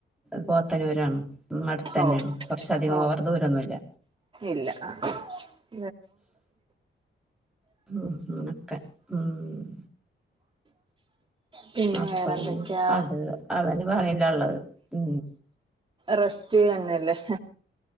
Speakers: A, in the centre; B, on the right (about 25°).
A: പോത്തനൂരാണ് ഉ അടുത്ത് തന്നെയാണ്
B: ഓ
A: കുറച്ച അധികം
B: ഓ
A: അവർ ദൂരൊന്നുല്ല
B: ഇല്ല <unintelligible>
A: ഉം അങ്ങനൊക്കെ ഉം
B: പിന്നെ
A: അപ്പൊ
B: വേറെ എന്തൊക്കെയാ
A: ഇനി അത് അവന് പറയില്ല ഉള്ളത് ഉ
B: റെസ്റ്റ് അന്നല്ലേ